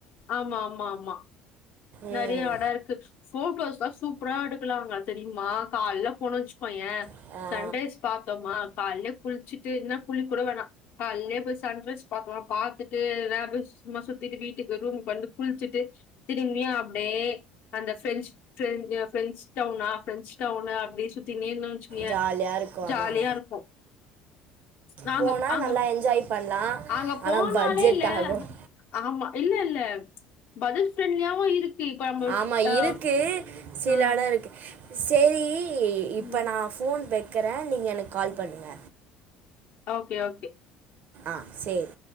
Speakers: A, on the left; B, on the right.
A: ஆமா ஆமா ஆமா
B: ம்
A: நெறைய எடா இருக்கு போட்டோஸ் எல்லா சூப்பரா எடுக்கலா அங்க தெரியுமா காலில போனு வச்சுக்கோயே
B: ஆ
A: சன்ரைஸ் பாத்தோமா காலையயே குளிச்சிட்டு இல்ன்னா குளிக் கூட வேணா காலைலியே போய் சன்ரைஷ் பாக்கலாம் பாத்துட்டு நேர சும்மா சுத்திட்டு வீட்டுக்கு ரூமுக்கு வந்து குளிச்சுட்டு இங்கையு அப்டியே அந்த பிரெஞ்ச் பிரெ பிரெஞ்ச் டவுனா ப்ரெஞ்ச் டவுனு அப்டியே சுத்திகினே இருந்த வச்சுக்கவே
B: ஜாலியாக இருக்கும் ஆனால்
A: ஜாலியா இருக்கு நாங்க
B: போனால்
A: அங்க
B: நல்லா என்ஜாய் பண்ணலாம்
A: அங்க
B: ஆனால்
A: போனாலே
B: பட்ஜெட்
A: இல்ல
B: ஆகும்
A: ஆமா இல்ல இல்ல பஜட் ஃப்ரெண்ட்லியாவு இருக்கு இப்ப நம்ம
B: ஆமா
A: ஆ
B: இருக்கு சிலட
A: ஆ
B: இருக்கு சேரி இப்ப
A: ம்
B: நா ஃபோன் வைக்கிறே நீங்க எனக்கு கால் பண்ணுங்க
A: ஓகே ஓகே
B: ஆ சேர்